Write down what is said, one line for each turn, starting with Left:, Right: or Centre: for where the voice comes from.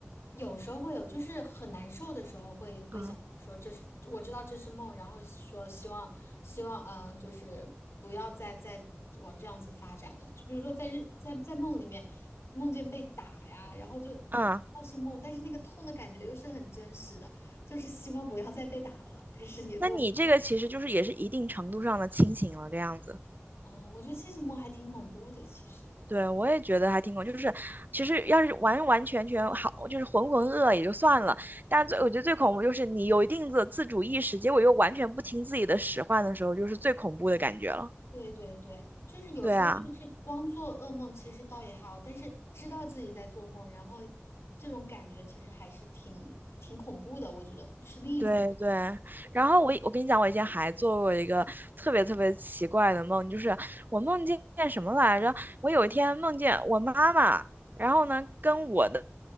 Left: 有时候会有，就是很难受的时候会会想说这是我知道这是梦，
Right: 嗯，
Left: 然后说希望希望呃就是不要再再往这样子发展了。就比如说在日在在梦里面梦见被打呀，然后就
Right: 嗯，
Left: 倒是梦，但是那个痛的感觉又是很真实的，就是希望不要再被打了，但是也做不
Right: 那你这个其实就是也是一定程度上的清醒了，这样子。
Left: 嗯，我觉得清醒梦还挺恐怖的，其实。
Right: 对，我也觉得还挺恐，就是其实要是完完全全好，就是浑浑噩噩也就算了，但最我觉得最恐怖就是你有一定的自主意识，结果又完全不听自己的使唤的时候，就是最恐怖的感觉了。
Left: 对对对，就是有时候就是光做噩梦，
Right: 对啊。
Left: 其实倒也还好，但是知道自己在做梦，然后这种感觉其实还是挺挺恐怖的，我觉得是另一种恐怖的感觉。
Right: 对对，然后我我跟你讲，我以前还做过一个特别特别奇怪的梦，就是我梦见什么来着？我有一天梦见我妈妈，然后呢跟我的